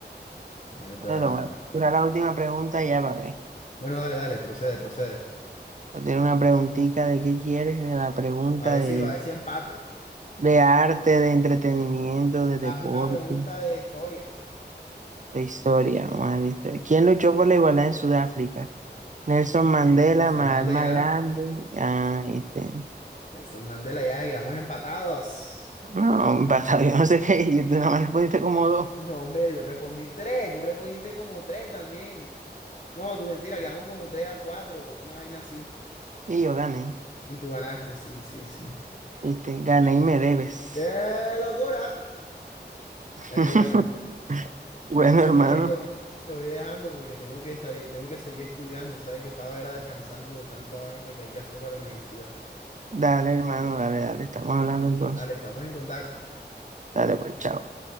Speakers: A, on the left; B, on the right.
A: Verdad.
B: Bueno, bueno. Tira la última pregunta ya para ver.
A: Bueno, dale, dale, procede, procede.
B: Tiene una preguntita de qué quieres, de la pregunta
A: A ver
B: de,
A: si, a ver si empato.
B: de arte, de entretenimiento, de deporte,
A: Hazme una pregunta de historia.
B: de historia. Vamos a ver de historia. ¿Quién luchó por la igualdad en Sudáfrica?
A: Mierda,
B: Nelson Mandela,
A: Nelson
B: Mahatma
A: Mandela.
B: Gandhi. Ah, este.
A: Nelson Mandela, ya quedamos empatados.
B: No, basta, <laughs> yo no sé qué. Y tú nada más respondiste como
A: Eh,
B: dos.
A: No, hombre, yo respondí tres. Tú respondiste como tres también. No, tu mentira, quedamos como tres a cuatro. Una vaina así.
B: Y yo gané.
A: Y tú ganaste, sí, sí, sí.
B: Este, gané y me debes.
A: ¡Qué locura!
B: <laughs>
A: Ay, bueno,
B: Bueno,
A: entonces,
B: hermano.
A: manito, te voy dejando porque tengo que salir, tengo que seguir estudiando. Sabes que estaba era descansando de tanta vaina que hay que hacer para la universidad.
B: Dale, hermano, dale, dale. Estamos hablando entonces.
A: Dale, estamos en contacto.
B: Dale, pues, chao.